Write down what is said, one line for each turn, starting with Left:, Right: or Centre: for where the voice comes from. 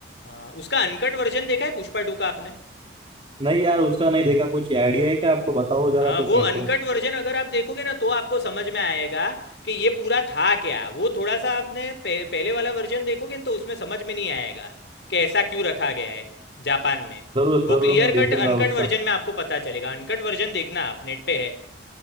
Left: हाँ उसका अनकट वर्जन देखा है पुष्पा टू का आपने
Right: नहीं यार उसका नहीं देखा कुछ आइडिया है क्या आपको बताओ जरा
Left: हाँ
Right: कुछ
Left: वो
Right: मेरे
Left: अनकट
Right: को
Left: वर्जन अगर आप देखोगे ना तो आपको समझ में आएगा कि ये पूरा था क्या वो थोड़ा सा आपने पह, पहले वाला वर्जन देखोगे ना तो उसमें समझ में नहीं आएगा कि ऐसा क्यों रखा गया है जापान में
Right: जरूर
Left: वो
Right: जरूर
Left: क्लियर
Right: मैं
Left: कट
Right: देखूंगा
Left: अनकट
Right: उसका
Left: वर्जन में आपको पता चलेगा अनकट वर्जन देखना आप नेट पे है